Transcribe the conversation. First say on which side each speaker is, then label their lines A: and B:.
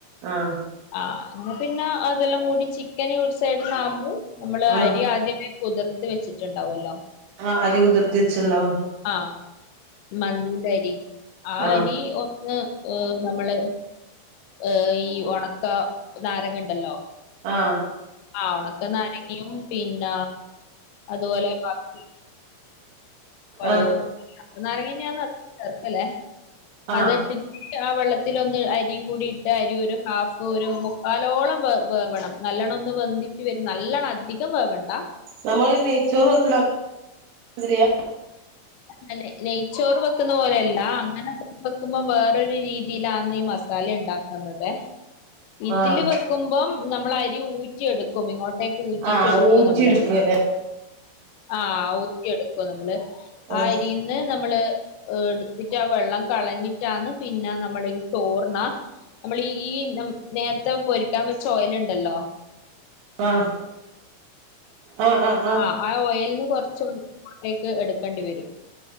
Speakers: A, on the right; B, on the left.
A: ആഹ്
B: ആഹ് അങ്ങനെ പിന്നെ അതെല്ലാം കൂടി ചിക്കന് ഒരു സൈഡന്ന ആകുമ്പോൾ നമ്മള്
A: ആഹ്
B: അരി ആദ്യമേ കുതിർത്ത് വെച്ചിട്ടുണ്ടാവല്ലോ
A: ആഹ് അരി കുതിർത്തി വെച്ചിണ്ടാവും
B: ആഹ് മന്തിന്റെ അരി ആ
A: ആഹ്
B: അരി ഒന്ന് ഏഹ് നമ്മള് ഏഹ് ഈ ഉണക്ക നാരങ്ങ ഉണ്ടല്ലോ
A: ആഹ്
B: ആഹ് ഉണക്കെ നാരങ്ങിയും പിന്ന അതുപോലെ ബാക്കി ഉണക്ക
A: ആഹ്
B: നാരങ്ങന്നെയന്ന് ചെർക്കല്ലേ
A: ആഹ്
B: അത് ആ വെള്ളത്തിലൊന്ന് അരിയും കൂടി ഇട്ട് അരി ഒരു ഹാഫ് ഒരു മുക്കാലോളം വേവണം. നല്ലണം ഒന്ന് വെന്തിറ്റ് വെരും നല്ലണം അധികം വേവണ്ടാ
A: നമ്മള് ഈ നെയ്ച്ചോറ് വെക്കണ മതിരിയാ
B: അല്ലെ നെയ്ച്ചോറ് വെക്കുന്ന പോലെയല്ല അങ്ങനെ വെക്കുമ്പോ വേറൊരു രീതിയിലാന്ന് ഈ മസാലയ്ണ്ടാക് തന്നതെ ഇതില്
A: ആഹ്
B: വെക്കുമ്പം നമ്മള് അരി ഊറ്റ് ഊറ്റി എടുക്കും ഇങ്ങോട്ടേക്ക് ഊറ്റീറ്റ്
A: ആഹ്
B: എടുക്കും
A: ഊറ്റി
B: നമ്മളത്
A: എടുക്കല്ലേ
B: ആഹ് ഊറ്റി എടുക്കും നമ്മള്
A: ആഹ്
B: ആ അരീന്ന് ന്ന് നമ്മള് എട്ത്തിറ്റ് ആ വെള്ളം കളഞ്ഞിറ്റാണ് പിന്നെ നമ്മളീ ചോറിനാ നമ്മളീ ഈ ഞമ് നേരത്തെ പൊരിക്കാൻ വെച്ച ഓയില്ണ്ടല്ലോ?
A: ആഹ് ആഹ് ആഹ്
B: ആഹ് ആ ഓയലിന് കൊറച്ചിങ്ങോട്ടേക്ക് എടുക്കണ്ടി വെരും